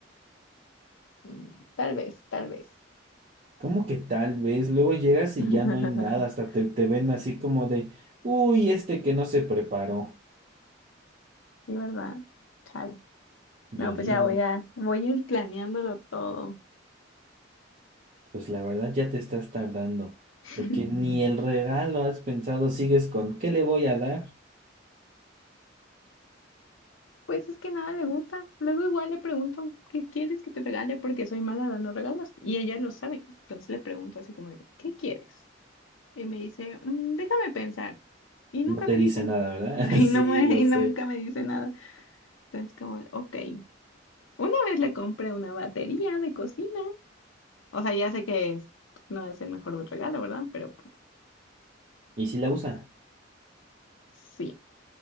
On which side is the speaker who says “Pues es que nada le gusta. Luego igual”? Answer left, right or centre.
Left